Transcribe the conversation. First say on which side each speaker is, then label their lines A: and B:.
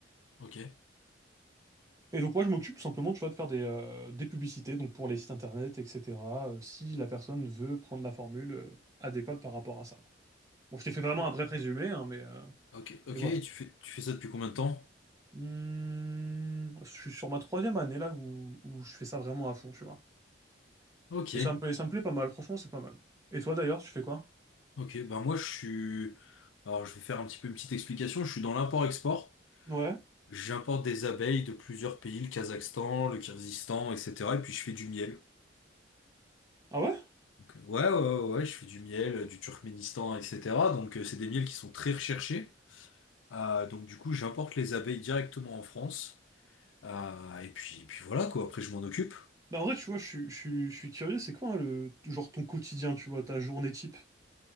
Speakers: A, on the left; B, on the right.
A: ok,
B: Et donc moi, je m'occupe tout simplement, tu vois, de faire des, euh, des publicités, donc pour les sites internet, etc. euh, si la personne veut prendre la formule euh, adéquate par rapport à ça. Bon, je t'ai fait vraiment
A: O-
B: un bref résumé, hein, mais, euh,
A: ok, ok,
B: mais voilà.
A: et tu fais, tu fais ça depuis combien de temps?
B: Hmm, je suis sur ma troisième année là où, où je fais ça vraiment à fond, tu vois.
A: Ok,
B: Et ça me, et ça me plaît pas mal, franchement, c'est pas mal. Et toi d'ailleurs, tu fais quoi?
A: ok, ben moi je suis... Alors je vais faire un petit peu une petite explication, je suis dans l'import-export.
B: Ouais.
A: J'importe des abeilles de plusieurs pays, le Kazakhstan, le Kyrgyzstan, etc. Et puis je fais du miel.
B: Ah ouais?
A: Donc, euh, ouais, ouais, ouais, ouais, je fais du miel, euh, du Turkménistan, etc. Donc euh, c'est des miels qui sont très recherchés. Ah, donc du coup j'importe les abeilles directement en France. Ah, et puis, puis voilà quoi, après je m'en occupe.
B: Bah, en vrai, tu vois, je suis, je suis, je suis curieux, c'est quoi hein, le genre ton quotidien, tu vois, ta journée type?